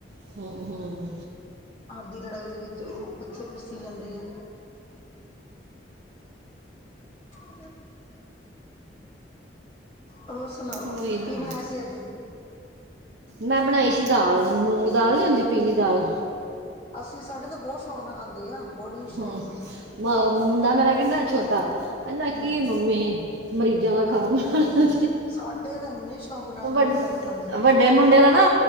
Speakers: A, on the right; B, on the left.
A: ਹ ਹਾਂ।
B: ਆਪਦੀ ਲੜਾਈ ਦੇ ਵਿੱਚ ਉਹ ਬੱਚੇ ਪੀਸੀ ਜਾਂਦੇ ਆ। <unintelligible> ਹੋਰ ਸੁਣਾਓ
A: ਓ ਈ ਨਾ
B: ਕੀ ਬਣਾਇਆ ਸੀ ਅੱਜ
A: ਮੈਂ ਬਣਾਈ ਸੀ ਦਾਲ ਮੂੰਗ ਦਾਲ ਨੀ ਹੁੰਦੀ। ਪੀਲੀ ਦਾਲ
B: ਅਸੀਂ ਸਾਡੇ ਤਾਂ ਬਹੁਤ ਸ਼ੌਕ ਨਾਲ ਖਾਂਦੇ ਆ। ਬੜੀ ਸ਼ੌਕ
A: ਹੂੰ
B: ਨਾਲ
A: ਮ ਮੁੰਡਾ ਮੇਰਾ ਕਹਿੰਦਾ ਛੋਟਾ ਕਹਿੰਦਾ ਕੀ
B: ਹੂੰ
A: ਮੰਮੀ। ਮਰੀਜ਼ਾਂ ਦਾ ਖਾਣਾ ਬਣਾਣਾ।
B: ਸਾਡੇ ਤਾਂ ਇੰਨੇ ਸ਼ੌਕ ਨਾਲ ਮੂੰਗ
A: ਵੱਡ-
B: ਦਾਲ ਖਾਂਦੇ।
A: ਵੱਡੇ ਮੁੰਡੇ ਦਾ ਨਾ,